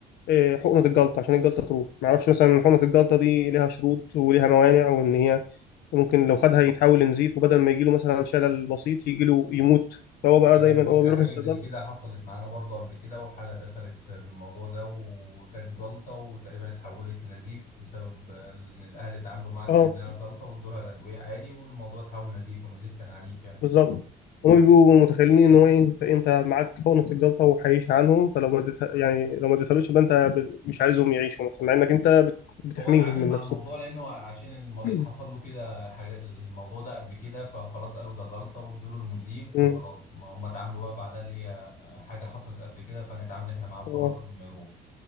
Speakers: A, on the left; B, on the left.
A: إيه، حقنه الجلطه عشان الجلطه تروح ما اعرفش مثلا حقنه الجلطه دي ليها شروط وليها موانع وان هي وممكن لو خدها يتحول لنزيف وبدل ما يجيله مثلا شلل بسيط يجيله يموت فهو بقى
B: على
A: دايما
B: ذكر
A: هو بيروح
B: حاجة
A: الصيدلة
B: زي كده حصلت معانا برضو قبل كده وحالة دخلت بالموضوع ده وكانت جلطة وتقريبا اتحولت لنزيف بسبب إن الأهل اتعاملوا معاها كأنها
A: اه
B: جلطة وادولها الأدوية عادي والموضوع اتحول نزيف ونزيف كان عنيف يعني
A: بالظبط هما بيبقوا متخيلين ان هو إيه، انت انت معاك حقنة الجلطة وهيعيش عنهم فلو ما اديتها يعني لو ما اديتهالوش يبقى انت ب- مش عايزهم يعيشوا مثلا مع انك انت بت- بتحميهم
B: هو اتعامل
A: من
B: مع
A: نفسك
B: الموضوع لأنه عشان المريض
A: <clears throat>
B: حصل له كده حاجة الموضوع ده قبل كده فخلاص قالوا ده جلطة وادوله المذيب فخلاص
A: مم.
B: ما هم اتعاملوا بقى بعدها اللي هي حاجة حصلت قبل كده فنتعامل احنا معاه وخلاص
A: اه.
B: قبل ما يروح